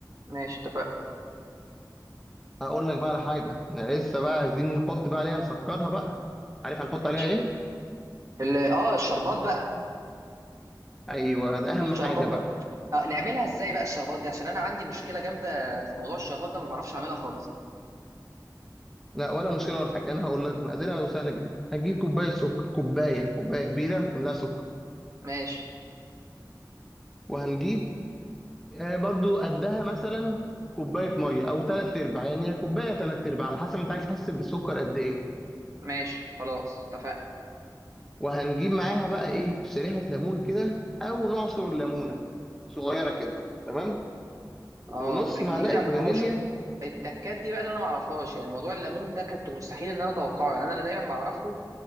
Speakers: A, on the right (about 45°); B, in the centre.
A: ماشي اتفقنا
B: هقول لك بقى على حاجه لسه بقى عايزين نحط بقى عليها نسكرها بقى عارف هنحط
A: ماشي
B: عليها ايه
A: ال- اه الشربات بقى
B: ايوه ده اهم
A: الشربات
B: حاجه
A: بقى
B: بقى
A: آه نعملها ازاي بقى الشربات دي عشان انا عندي مشكله جامده في موضوع الشربات ده ما بعرفش اعملها خالص
B: لا ولا مشكله ولا حاجه انا هقول لك مقاديرها سهله جدا هتجيب كوبايه سكر كوبايه كوبايه كبيره تملاها سكر
A: ماشي
B: وهنجيب آه، برضو قدها مثلا كوبايه ميه او ثلاث ارباع يعني هي كوبايه ثلاث ارباع على حسب انت عايز تحس بالسكر قد ايه
A: ماشي خلاص اتفقنا
B: وهنجيب معاها بقى ايه شريحه ليمون كده او نعصر ليمونه صغيره كده تمام ونص
A: اه جديده
B: معلقه فانيليا
A: هو شوف التكات دي بقى اللي انا ما اعرفهاش يعني موضوع الليمون ده كنت مستحيل ان انا اتوقعه يعني انا دايما بعرفه